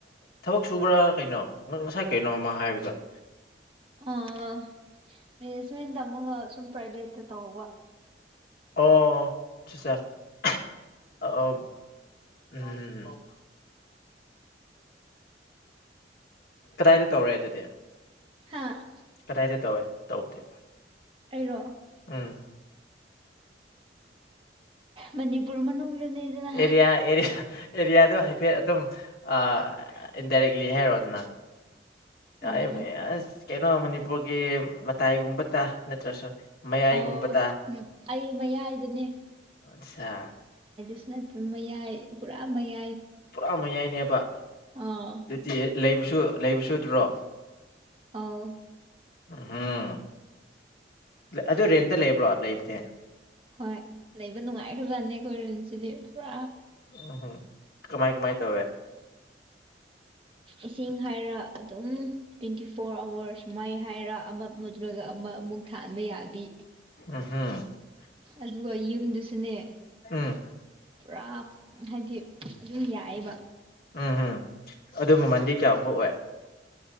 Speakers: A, on the left (about 60°); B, on the right (about 30°).
A: ꯊꯕꯛ ꯁꯨꯕ꯭ꯔꯥ ꯀꯩꯅꯣ ꯉꯁꯥꯏ ꯀꯩꯅꯣꯃ ꯍꯥꯏꯕꯗꯣ <unintelligible>
B: ꯑꯣ ꯃꯦꯅꯦꯖꯃꯦꯟ ꯇꯝꯃꯒꯥ ꯁꯨꯝ ꯄ꯭ꯔꯥꯏꯚꯦꯠꯇ ꯇꯧꯕ
A: ꯑꯣ ꯑꯥꯆꯥ ꯑ ꯎꯝꯝ ꯀꯗꯥꯏꯗ ꯇꯧꯔꯦ ꯑꯗꯨꯗꯤ
B: ꯍꯥꯥ
A: ꯀꯗꯥꯏꯗ ꯇꯧꯋꯦ ꯇꯧꯕꯗꯤ
B: ꯑꯩꯔꯣ
A: ꯎꯝ
B: ꯃꯅꯤꯄꯨꯔ ꯃꯅꯨꯡꯗꯅꯤꯗꯅ
A: ꯑꯦꯔꯤꯌꯥ ꯑꯦꯔꯤꯌꯥꯗ ꯍꯥꯏꯐꯦꯠ ꯑꯗꯨꯝ ꯑ ꯏꯟꯗꯥꯏꯔꯦꯛꯂꯤ ꯍꯥꯏꯔꯛ ꯑꯣꯗꯅ ꯌꯥ
B: ꯎꯝ
A: ꯑꯁ ꯀꯩꯅꯣ ꯃꯅꯤꯄꯨꯔꯒꯤ ꯃꯇꯥꯏꯒꯨꯝꯕꯇ ꯅꯠꯇ꯭ꯔꯁꯨ ꯃꯌꯥꯏꯒꯨꯝꯕꯗ
B: ꯑꯣ ꯑꯩ ꯃꯌꯥꯏꯗꯅꯦ
A: ꯑꯆꯥ
B: ꯁꯨ ꯅꯠꯇꯦ ꯃꯌꯥꯏ ꯄꯨꯔꯥ ꯃꯌꯥꯏ
A: ꯄꯨꯔꯥ ꯃꯌꯥꯏꯅꯦꯕ
B: ꯑꯥ
A: ꯑꯗꯨꯗꯤ ꯂꯩꯕꯁꯨ ꯂꯩꯕꯁꯨꯗ꯭ꯔꯣ
B: ꯑꯥꯎ
A: ꯎꯝꯝ ꯑꯗꯨ ꯔꯦꯟꯇ ꯂꯩꯕ꯭ꯔꯣ ꯂꯩꯕꯗꯤ
B: ꯍꯣꯏ ꯂꯩꯕ ꯅꯨꯡꯉꯥꯏꯈ꯭ꯔ꯭ ꯖꯠꯅꯦ ꯑꯩꯈꯣꯏ ꯔꯦꯟꯁꯤꯗꯤ ꯄꯨꯔꯥ
A: ꯎꯝ ꯀꯃꯥꯏ ꯀꯃꯥꯏ ꯇꯧꯋꯦ
B: ꯏꯁꯤꯡ ꯍꯥꯏꯔ ꯑꯗꯨꯝ ꯇ꯭ꯋꯦꯟꯇꯤ ꯐꯣꯔ ꯑꯋꯥꯔ ꯁ ꯃꯩ ꯍꯥꯏꯔ ꯑꯃ ꯃꯨꯠꯂꯒ ꯑꯃ ꯑꯃꯨꯛ ꯊꯥꯟꯕ ꯌꯥꯕꯤ
A: ꯎ ꯍꯝ
B: ꯑꯗꯨꯒ ꯌꯨꯝꯗꯨꯁꯨꯅꯦ
A: ꯎꯝ
B: ꯄꯨꯔꯥ ꯍꯥꯏꯗꯤ ꯑꯗꯨꯝ ꯌꯥꯏꯌꯦꯕ
A: ꯎꯝ ꯎꯝ ꯑꯗꯨ ꯃꯃꯟꯗꯤ ꯀꯌꯥꯒꯨꯝꯕ ꯑꯣꯏ